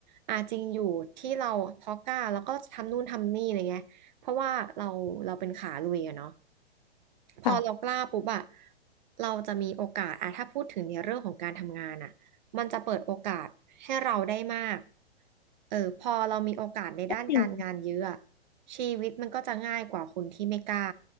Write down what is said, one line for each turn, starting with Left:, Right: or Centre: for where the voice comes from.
Right: อาจริงอยู่ที่เราพอกล้าแล้วก็ทำนู่นทำนี่อะไรเงี้ยเพราะว่าเราเราเป็นขาลุยอะเนาะ พอเรากล้าปุ๊บอะ
Left: ค่ะ
Right: เราจะมีโอกาสอะถ้าพูดถึงในเรื่องของการทำงานอะมันจะเปิดโอกาสให้เราได้มากเออพอเรามีโอกาสในด้านการงานเยอะอะ
Left: จริง
Right: ชีวิตมันก็จะง่ายกว่าคนที่ไม่กล้า